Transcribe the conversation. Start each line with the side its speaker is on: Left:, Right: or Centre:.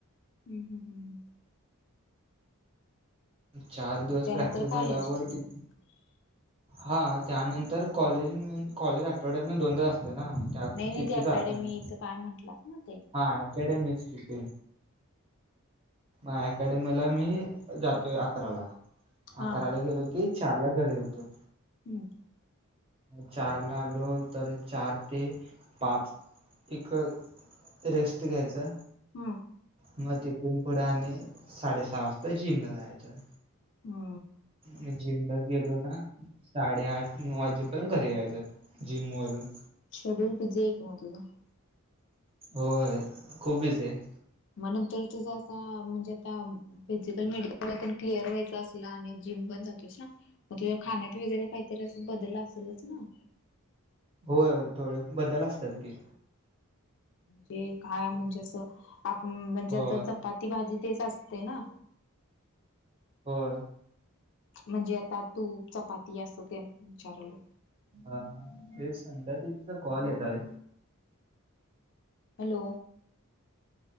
Left: हम् हम् हम् हम्म.
Right: चार दिवस
Left: मग त्यानंतर
Right: प्रॅक्टिस झाल्यावरती.
Left: कॉलेज <inaudible>
Right: हा त्यानंतर कॉलेज म कॉलेज आठवड्यातन दोनदा च असते ना. त्या
Left: नाही नाही
Right: तिथे
Left: ते अकॅडमीच
Right: जात नाही
Left: काय म्हटलात ना ते.
Right: हा अकॅडेमीच की ते अकॅडेमीला मी जा. <unintelligible> अकरा ला
Left: हा
Right: अकराला गेलो की चार ला घरी येतो.
Left: हम्म.
Right: चार ला आलो तर चार ते पाच. <unintelligible> रेस्ट घ्यायचा.
Left: हम्म.
Right: मग तिथून पुढे आणि साडेसहा वाजता जिमला जायचं.
Left: हो.
Right: मी जिमला गेलो ना. साडेआठ नऊ वाजेपर्यंत घरी यायचं जिम वरून.
Left: शेड्यूल बिझी आहे का मग तुझा.
Right: होय खूप बिझी आहे.
Left: मग नंतर तुझा काम म्हणजे काम. फिजिकल मेडिकल क्लिअर व्हायचं असला आणि जिम पण जातोस ना. मग तुझ्या खाण्यात वगैरे काहीतरी असं बदल असेलच ना.
Right: होय थोडे बदल असतात की.
Left: ते काय म्हणजे अस आ म्हणजे
Right: होय
Left: आता चपाती भाजी तेच असते ना.
Right: होय.
Left: म्हणजे आता तूप चपाती असं तेन विचारुलं.
Right: हा ते संध्या दिदीचा कॉल येत आहे.
Left: Hello